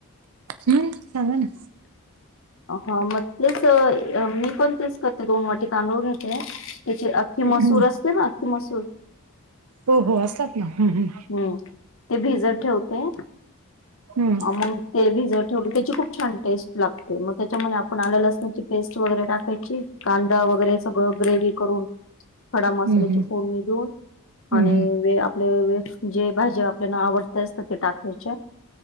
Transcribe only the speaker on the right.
हम् सांगा ना
हम्म
हो हो असतात ना हम
हम्म
हम्म हम्म
हम्म
हम्म